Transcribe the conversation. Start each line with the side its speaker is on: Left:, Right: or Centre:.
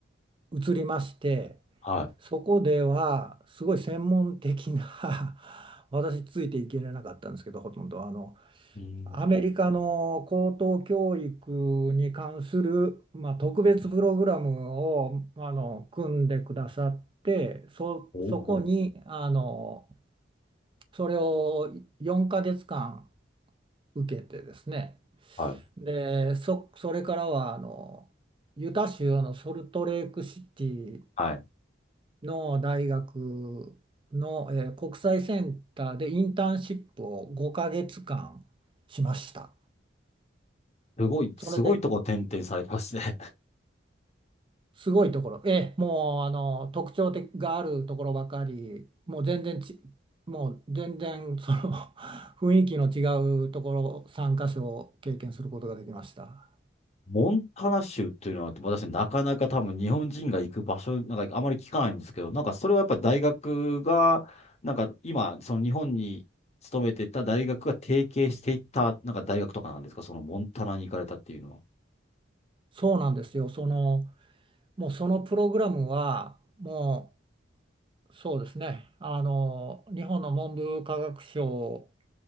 Right: 移りまして
Left: は
Right: そこではすごい専門的な <laughs> 私ついていけれなかったんですけどほとんどあの
Left: い。うーん。
Right: アメリカの高等教育に関する、まあ、特別プログラムをあの組んでくださってそ、
Left: おお。
Right: そこにあのそれを4ヶ月間受けてですね
Left: はい。
Right: でそ、それからはあのユタ州のソルトレークシティ
Left: はい。
Right: の大学の、えー国際センターでインターンシップを5ヶ月間しました。
Left: すごい、
Right: それで
Left: すごいとこ転々されてますね。
Right: すごいところ、えーもうあの特徴的があるところばかり、もう全然ち、もう全然その <laughs> 雰囲気の違うところ参加所を経験することができました。
Left: モンタナ州っていうのは、私、なかなか多分日本人が行く場所、なんかあまり聞かないんですけど、なんかそれはやっぱり大学が、なんか今、その日本に勤めてた大学が提携していった、なんか大学とかなんですか、そのモンタナに行かれたっていうのは。
Right: そうなんですよ。その、もうそのプログラムはもうそうですね。あの、日本の文部科学省